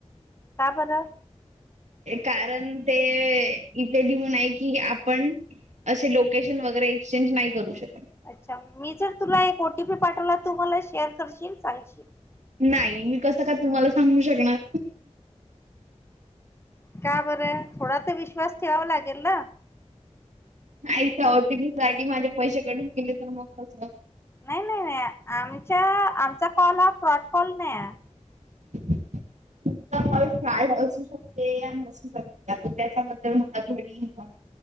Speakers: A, on the left; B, on the right.
A: का बर....
B: कारण ते.. इथे लिहून आहे कि आपण.... असे लोकेशन वगैरे एक्सचेंज नाही करू शकत.
A: अच्छा मी जर तुला एक ओटीपी पाठवला तू मला शेअर करशील सांगशील.
B: नाही मी कसं का तुम्हाला सांगू शकणार.
A: का बरं थोडा तर विश्वास ठेवावा लागेल ना.
B: नाही त्या ओटीपी सासाठी माझे पैसे कट केले तर मग कसं
A: नाही नाही नाही आमच्या आमचा कॉल ह फ्रॉड कॉल नाही आहे.
B: तुमचा कॉल फ्रॉड असू शकते या नसू शकते. त्यातून त्याच्याबद्दल मला थोडी इन्फॉर्म